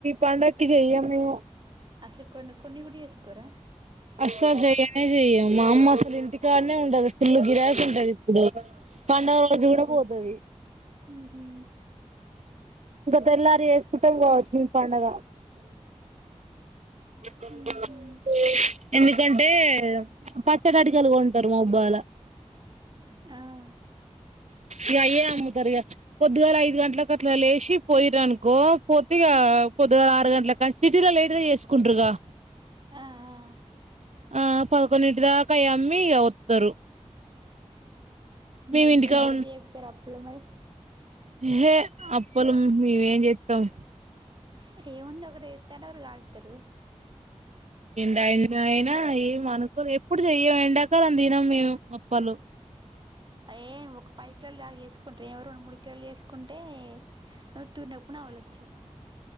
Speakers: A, on the right; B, on the right.
A: పండక్కి జేయం మేము
B: అసలు కొన్ని కొన్ని గూడ జేసుకోరా
A: అస్సలు చేయనే చెయ్యము మా అమ్మ అసలు ఇంటికాడనే ఉండదు ఫుల్లు గిరాకి ఉంటది ఇప్పుడు పండుగ రోజు గూడా పోతది
B: ఉహు
A: ఇంక తెల్లారి జేస్ <unintelligible>
B: ఉహు
A: ఎందుకంటే <unintelligible>
B: ఆ <inaudible>
A: ఇగ అయ్యే అమ్ముతారు ఇగ పొద్దుగాల ఐదు గంట్లకు అట్లా లేచి పోయిరనుకో పోతే ఇగ పొద్దుగాల ఆరు గంటల కాంచి సిటీలో లేటుగా చేసుకుంటారుగా
B: ఆ ఆ
A: ఆ పదకొండింటి దాకా అయి అమ్మి ఇగ వత్తరు మేము
B: మరి
A: ఇంటికాడ
B: మీ ఇద్దరు చేత్తరు అప్పులు మరి
A: హే అప్పలు మేం ఏం జేత్తం
B: ఇక ఏముంది ఒకరు ఏత్తరు ఒరు కాలుత్తరు
A: ఎండైన అయినా ఏం అనుకోలే ఎప్పుడు జెయ్య, ఎండాకలం తినం మేము అప్పలు.
B: అ ఏం ఒక పది కిలోలు దాకా ఏసుకుంటే ఎవో రెండు మూడు కిలోలు ఏసుకుంటే. <unintelligible> ఆళ్ ఒచ్చిరు